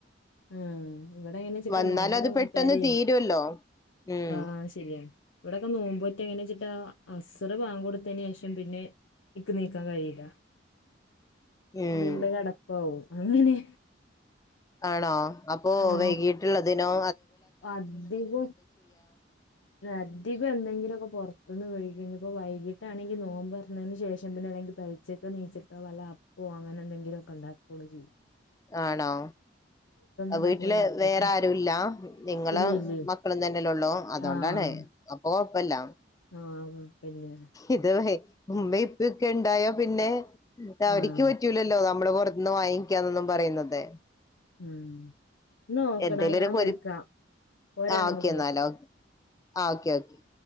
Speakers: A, on the left; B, on the left.
A: ഉം ഇവിടെ എങ്ങനെ ചിട്ടാ
B: വന്നാൽ
A: നോമ്പൊക്കെന്ന്
B: അത് പെട്ടെന്ന്
A: വെച്ചാരേ
B: തീരുമല്ലോ ഉം
A: ആഹ ശരിയാണ് ഇവിടെക്കെ നോമ്പോറ്റ എങ്ങനെ ചിട്ടാ അസറ് ബാങ്കൊടുത്തതിന് ശേഷം പിന്നെ ഇക്ക് നീക്കാൻ കഴിയില്ല ഫുള്ള്
B: ഉം
A: കടപ്പാവും അങ്ങനെ
B: ആണോ അപ്പോ
A: ആഹ്
B: വൈകിട്ടുള്ളതിനോ
A: അധികം അധികം എന്തെങ്കിലുംക്കെ പൊർത്തുന്ന് വേടിക്ക വൈകിട്ടാണെങ്കിൽ നോമ്പ് തുറന്നതിന് ശേഷം പിന്നെണെങ്കിൽ പരിച്ചൊക്കെ നീച്ചിട്ടോ വല്ല അപ്പോ അങ്ങനെ എന്തെങ്കിലും കണ്ടാ ചെയ്യ
B: ആണോ
A: ഉണ്ടാക്കാൻ
B: വീട്ടില്
A: പറ്റില്ല അപ്പോഴത്തിന്
B: വേറെ ആരും ഇല്ല നിങ്ങള്
A: ഇല്ല ഇല്ലേ
B: മക്കളും തന്നെല്ലള്ളോ അതോ
A: ആഹ്
B: ണ്ടാണ് അപ്പൊ കൊഴപ്പല്ല
A: ആഹ് പിന്നെ
B: ഇത് മൈ ഒക്കെ ഉണ്ടായോ പിന്നെ അവർക്ക്
A: ആഹ്
B: പറ്റൂലല്ലോ നമ്മളെ പുറത്തുന്ന് വാങ്ങിക്കാന്നൊന്നും പറയുന്നത്
A: ഉം ന്നോക്കടാ
B: എന്തെലും
A: ഞാൻ വിളിക്കാം
B: ഒരു
A: ഒരെണ്ണം
B: ആ ഓക്കെ
A: കൂടി വിളിക്കാം
B: എന്നാല ആ ഓക്കെ ഓക്കെ